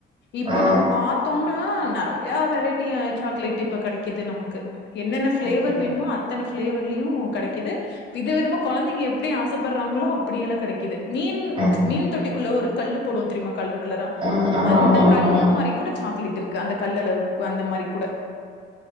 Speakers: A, on the left; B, on the right.
A: இப்ப
B: ஆ
A: நம்ம பாத்தோனா ஆ நெறயா வெரைட்டியா சாக்லேட்டு இப்ப கெடைக்குது நமக்கு என்னென்ன ஃபிளேவர்
B: அதுதா
A: வேணுமோ அ த்தன ஃபிளேவர்ல்லயு கெடைக்குது வித விதமா கொழந்தைங்க எப்டி ஆசப்பட்றாங்களோ அப்படியெல்லா கெடைக்குது மீன்
B: அதுதா
A: மீன் தொட்டிக்குள்ள ஒரு கல்லு போடுவோ தெரிமா கல்ரு கலரா
B: ஆ ஆமா
A: அந்த
B: ஆமா ஆமா
A: கல்லு மாரி கூட சாக்லேட் இருக்கு அந்த கல்ல அளவுக் அந்த மாரி கூட